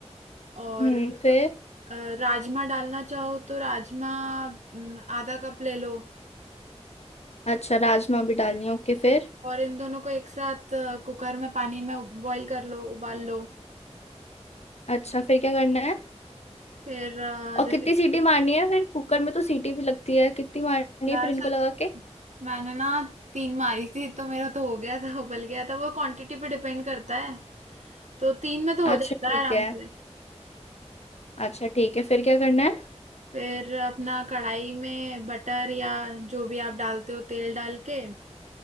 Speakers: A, on the right; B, on the left.
A: और
B: हम्म फिर
A: अ, राजमा डालना चाहो तो राजमा न, आधा कप ले लो
B: अच्छा राजमा भी डालनी है ओके फिर
A: और इन दोनों को एक साथ अ, कुकर में पानी में बॉईल कर लो उबाल लो
B: अच्छा फिर क्या करना है
A: फिर अ,
B: और
A: जैसे
B: कितनी सीटी मारनी है फिर कुकर में तो सीटी भी लगती है कितनी मारनी
A: यार
B: है फिर इनको
A: शायद
B: लगा के
A: मैंने ना तीन मारी थी तो मेरा तो हो गया था उबल गया था वो क्वांटिटी पे डिपेंड करता है तो तीन में तो
B: अच्छा
A: हो जाता
B: ठीक
A: है आराम
B: है
A: से
B: अच्छा ठीक है फिर क्या करना है
A: फिर अपना कढ़ाई में बटर या जो भी आप डालते हो तेल डाल के